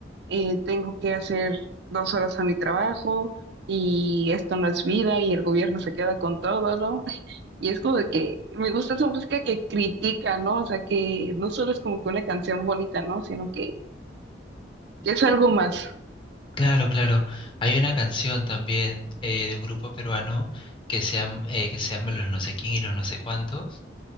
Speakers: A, on the right (about 65°); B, on the left (about 25°).
A: eh, tengo que hacer dos horas a mi trabajo y esto no es vida y el gobierno se queda con todo, ¿no? <laughs> Y es como de que me gusta esa música que critica, ¿no? O sea, que no solo es como que una canción bonita, ¿no? Sino que, es algo más.
B: Claro, claro. Hay una canción también eh, de un grupo peruano que se llama, eh, que se llama Los no sé quién y los no sé cuántos.